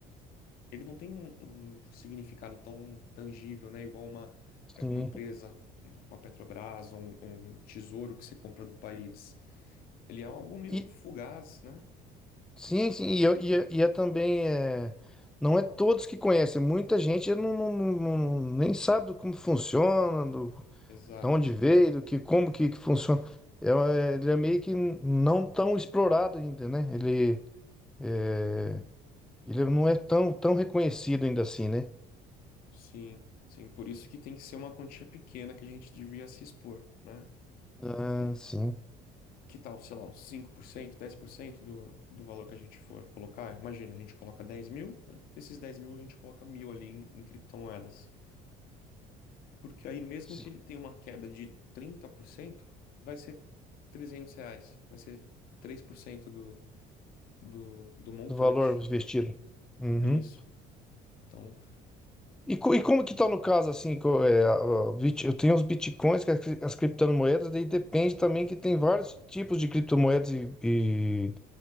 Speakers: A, on the left (about 70°); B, in the centre.
A: Ele não tem um, um significado tão tangível, né? Igual uma,
B: Sim.
A: uma empresa, uma Petrobras, um, um tesouro que você compra do país. Ele é algo meio
B: E
A: fugaz, né?
B: sim, sim, e, eu- e, é, e é também é, não é todos que conhecem. Muita gente não, não- não- não- nem sabe do como funciona,
A: Exato.
B: de onde veio, do que como que, que funciona. É, é, ele é meio que não tão explorado ainda, né? Ele, é, ele não é tão, tão reconhecido ainda assim, né?
A: Sim, sim, por isso que tem que ser uma quantia pequena que a gente devia se expor, né?
B: Ah,
A: Um-
B: sim.
A: Que tal, sei lá, uns cinco por cento dez por cento do, do valor que a gente for colocar? Imagina, a gente coloca 10 mil, desses 10 mil a gente coloca mil ali em, em criptomoedas. Porque aí mesmo
B: Sim.
A: que ele tenha uma queda de 30% vai ser 300 reais, vai ser 3% do, do, do montante.
B: Do valor investido. Uhum.
A: Isso. Então,
B: E, co- e como que tá no caso, assim, co- é, a- a bit- eu tenho os bitcoins, que é as cri- as criptomoedas, daí depende também que tem vários tipos de criptomoedas e, e,